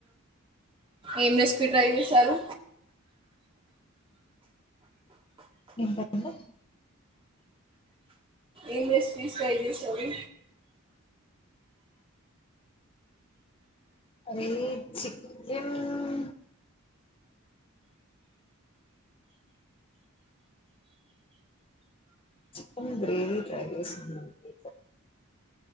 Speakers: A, on the right (about 25°); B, on the left (about 25°).
A: ఏం రెసిపీ ట్రై చేసారు
B: <unintelligible>
A: ఏం రెసిపీస్ ట్రై చేశారు
B: అది చికెన్ చికెన్ గ్రేవి ట్రై చేసానండి